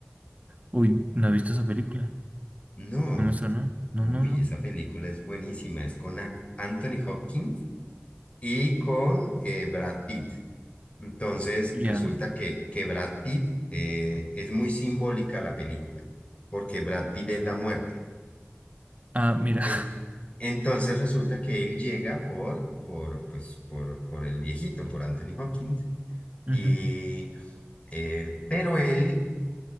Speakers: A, on the right; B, on the left.
A: Uy, no he visto esa película.
B: No.
A: No me suena. No,
B: Uy,
A: no, no.
B: esa película es buenísima. Es con a- Anthony Hopkins y con eh, Brad Pitt. Entonces,
A: Ya.
B: resulta que, que Brad Pitt eh, es muy simbólica la película, porque Brad Pitt es la muerte.
A: Ah, mira.
B: En- entonces resulta que él llega por, por, pues, por, por el viejito, por Anthony Hopkins,
A: <laughs>
B: y,
A: Ujú,
B: eh, pero él